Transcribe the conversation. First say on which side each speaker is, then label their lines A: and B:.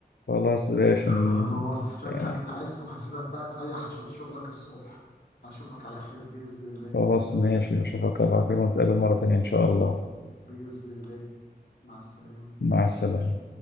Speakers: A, on the left (about 85°); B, on the left (about 70°).
A: خلاص بلاش
B: خلاص
A: إن-
B: شكلك
A: يعني
B: نعست وهسيبك بقى تريح عشان شغلك الصبح أشوفك على خير بإذن الله
A: خلاص ماشي أشوفك على خير ونتقابل مرة تانية إن شاء الله
B: بإذن الله مع السلامة
A: مع السلامة